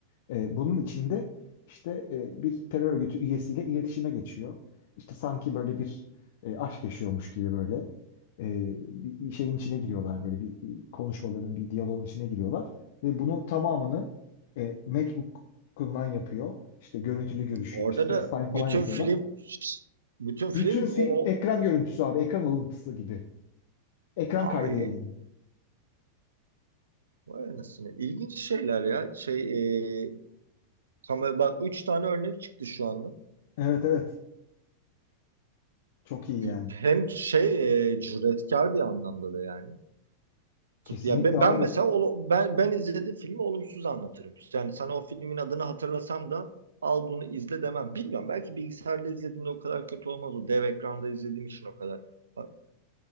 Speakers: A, on the left (about 50°); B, on the right (about 70°).
A: E, bunun içinde işte e, bir terör örgütü üyesiyle iletişime geçiyor. İşte sanki böyle bir e, aşk yaşıyormuş gibi böyle e, bir bir şeyin içine giriyorlar böyle bir bir konuşmaların bir diyaloğun içine giriyorlar ve bunun tamamını e, MacBook'undan yapıyor. İşte görüntülü görüşüyor,
B: Orada
A: işte
B: da
A: FaceTime
B: bütün
A: falan yapıyorlar.
B: film bütün film
A: Bütün film
B: o
A: ekran görüntüsü abi, ekran alıntısı gibi. Ekran
B: ay,
A: kaydı yani.
B: Vay anasını. İlginç şeyler ya. Şey, e, kamera, bak üç tane örnek çıktı şu anda.
A: Evet evet. Çok iyi
B: Bir-
A: yani.
B: Hem şey e, cüretkar bir anlamda da yani.
A: Kesinlikle
B: Tut- Ya be-
A: abi.
B: ben mesela ol- ben ben izlediğim filmi olumsuz anlatırım. Yani sana o filmin adını hatırlasam da al bunu izle demem. Bilmiyorum belki bilgisayarda izlediğimde o kadar kötü olmaz. O dev ekranda izlediğim için o kadar ha,